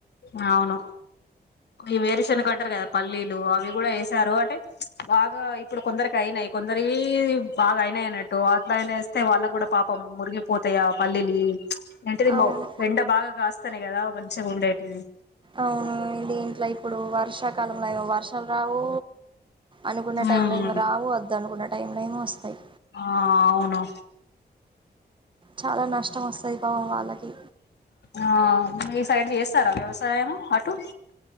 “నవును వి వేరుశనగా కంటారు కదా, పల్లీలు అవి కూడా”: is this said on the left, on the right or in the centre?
Left